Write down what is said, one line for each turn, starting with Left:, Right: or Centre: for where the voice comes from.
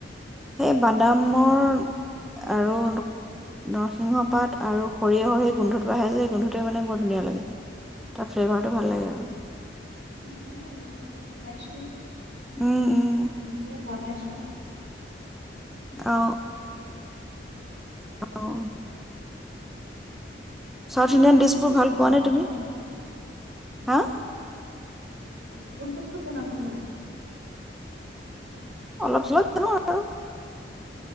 Centre: সেই বাদামৰ আৰু নৰসিংহ পাত আৰু সৰিয়হৰ সেই গোন্ধটো আহে যে সেই গোন্ধটোৱে মানে বৰ ধুনীয়া লাগে তাৰ ফ্লেভাৰটো ভাল লাগে আৰু।
Right: ভাল লাগে <inaudible>
Centre: উম। উম
Right: নিজে বনাইছো।
Centre: অ
Right: <inaudible> <inaudible>
Centre: অ'। চাউথ
Right: তুমি
Centre: ইণ্ডিয়ান
Right: বহুত
Centre: ডিছবোৰ
Right: বস্তু বনাব
Centre: ভাল পোৱা নে তুমি?
Right: জানা ন
Centre: হা?
Right: বহুত বস্তু বনাব জানা?
Centre: অলপ চলপ জানো আৰু।